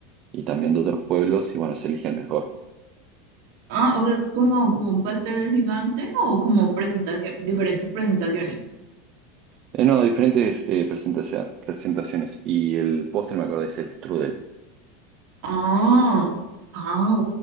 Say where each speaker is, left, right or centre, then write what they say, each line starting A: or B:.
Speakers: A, on the right; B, on the right.
A: y también de otros pueblos y bueno, se elige el mejor.
B: ah, o sea, es como, como un pastel gigante o como presentación, diferentes presentaciones.
A: Eh, no, diferentes eh, presentacia- presentaciones y el postre me acordé es el strudel.
B: Ah, ah,